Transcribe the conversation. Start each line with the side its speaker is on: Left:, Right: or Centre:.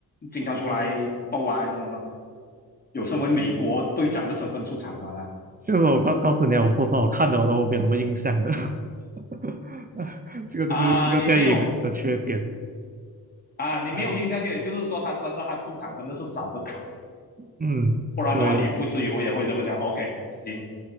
Left: 经常出来斗啊，还是什么？有身为美国队长的身份出场吗？呢？
Right: 就是我告告诉你啊，我说实话，我看的我都没有什么印象的。<laughs> 这个就是这个电影的缺点
Left: 啊，你没有，啊，你没有印象就也就是说他真的他出场真的是少得可怜，
Right: 啊。嗯，
Left: 不然的话你不至于会也会这么想。
Right: 对，
Left: OK，行，